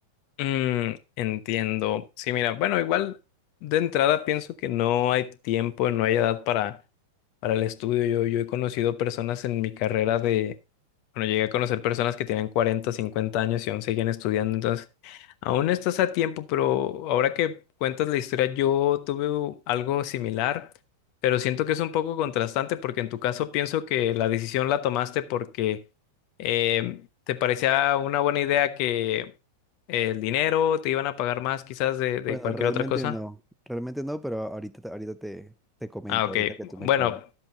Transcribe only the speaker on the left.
Mm, entiendo. Sí, mira, bueno, igual de entrada pienso que no hay tiempo, no hay edad para, para el estudio. Yo, yo he conocido personas en mi carrera de, bueno, llegué a conocer personas que tienen 40 50 años y aún siguen estudiando. Entonces, aún estás a tiempo, pero ahora que cuentas la historia, yo tuve u- algo similar, pero siento que es un poco contrastante porque en tu caso pienso que la decisión la tomaste porque eh, te parecía una buena idea que ¿El dinero? ¿Te iban a pagar más quizás de, de
cualquier
otra cosa?
Ah, ok.
Bueno,